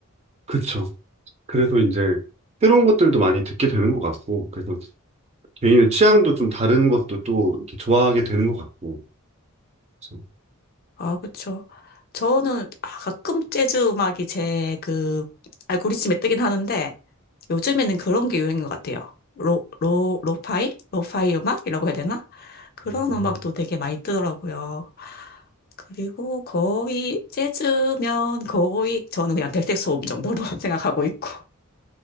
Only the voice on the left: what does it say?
아, 그쵸. 저는 아, 가끔 재즈 음악이 제 그 알고리즘에 뜨긴 하는데 요즘에는 그런 게 유행인 것 같아요. 로, 로, 로파이? 로파이 음악이라고 해야 되나? 그런
음악도 되게 많이 뜨더라고요. 그리고 거의 재즈면 거의 저는 그냥 백색 소음 정도로 <laughs> 생각하고 있고.